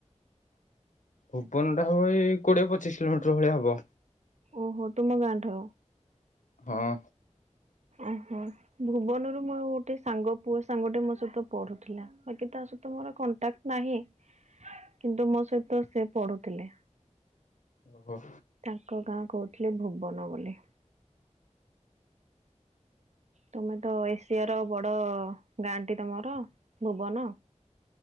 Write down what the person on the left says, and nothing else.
ଭୁବନଟା ହବ ଏଇ କୋଡ଼ିଏ ପଚିଶ କିଲୋମିଟର ଭଳିଆ ହବ।
ହଁ।
ଓହୋ।